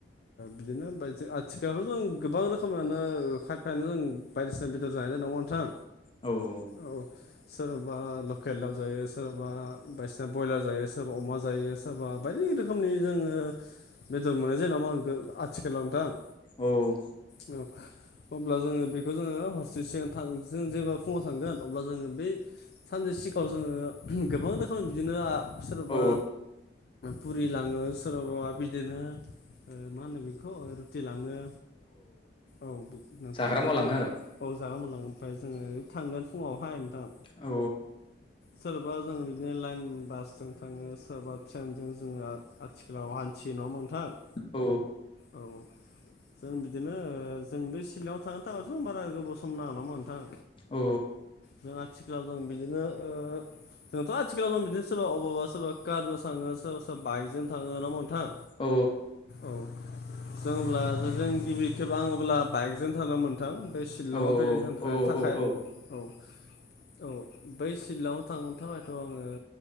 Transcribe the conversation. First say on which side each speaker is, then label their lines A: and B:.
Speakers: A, on the left; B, on the left.
A: बिदिनो आथिखालावथ' जों गोबां रोखोमानो खायफायानो जों बायदिसिना बेदर जानाय नङा नोंथां
B: औ
A: औ सोराबा लकेल दाउ जायो सोराबा बायदिना ब्रयलार जायो सोरबा अमा जायो सोरबा बायदि रोखोमनि जोङो बेदर मोननाय जै नामा आं आथिखालाव नोंथां
B: औ
A: आरो अब्ला जोङो बेखौ जोङो हरसे सिगां जों जेब्ला फुङाव थांगोन अब्ला जोङो बै सानसे सिगाङाव जोङो गोबां रोखोम बिदिनो सोरबा
B: औ
A: पुरि लाङो सोरबाबा बिदिनो मा होनो बेखौ रुटि लाङो औ नोंथां
B: जाग्रा
A: ओमफ्राय
B: मुवा लाङो
A: जोङो
B: आरो
A: औ जागा मोनलां ओमफ्राय जोङो ओरै थांगोन फुावहाय नोंथां
B: औ
A: सोरबा जोङो बिदिनो लाइन बासजों थाङो सोरबाबा ट्रेनजों जोङो आथिखालाव हान्थियो नङा मोनथां।
B: औ
A: औ जों बिदिनो जों बे सिलआव थांनो थाखाय जों बारा गोबाव सम नाङा नङाहोमबा नोंथां
B: औ
A: जों आथिखालाव जों बिदिनो। ओ जोंथ' आथिखालाव जों बिदिनो सोरबा अबबा सोरबा कारजों थाङो सोरबा सोरबा बाइकजों थाङो होना बुं नोंथां
B: औ
A: औ जों अब्ला जों गिबि खेब आं अब्ला बाइकजों थांदों मोन थां बे सिलंआव
B: औ
A: बेरायनो थांनो थाखाय
B: औ
A: थाखाय
B: औ
A: औ औ बै सिलङाव थांनो थाखायथ' आङो